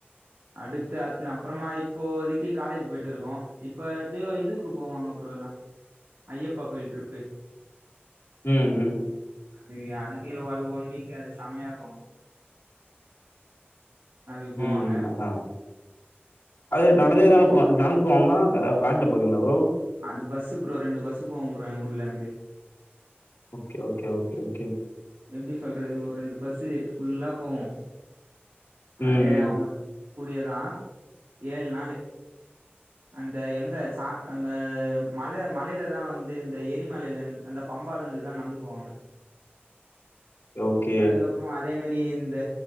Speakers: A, on the right; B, on the left.
A: அடுத்து அதுக்கு அப்றமா இப்போவதிக்கு காலேஜ் போயிட்டு இருக்கோ இப்ப எப்டியோ இதுக்கு போவாங்க ப்ரோ இப்போலா ஐயப்பா கோயில் டிரிப்பு
B: ம் ம்
A: அது அதுக்கே அது ஒன் வீக் அது செம்மையா இருக்கு அதுக்கு போவாங்க
B: ம் அதான் அத அது நடந்தே தானேபோவ நடந்து போவாங்களா? அ வேன்ல போவீங்களா ப்ரோ?
A: அது பஸ்ஸு ப்ரோ ரெண்டு பஸ்ஸு போவோ ப்ரோ எங்க ஊர்ல இருந்து
B: ஓகே ஓகே ஓகே ஓகே
A: எப்டி சொல்றது ஒரு ரெண்டு பஸ்ஸு ஃபுல்லா போவு
B: ம்,
A: அதே
B: ம்.
A: அவுங்க கூடியேதா ஏழு நாலு அந்த எங்க அங்க மலை மலைதா வந்து இந்த எரிமலையில அந்த பம்ப சம்பால இருந்துதா நடந்து போவாங்க
B: ஓகே
A: அதுக்கப்புறோ அதே மாரியே இந்த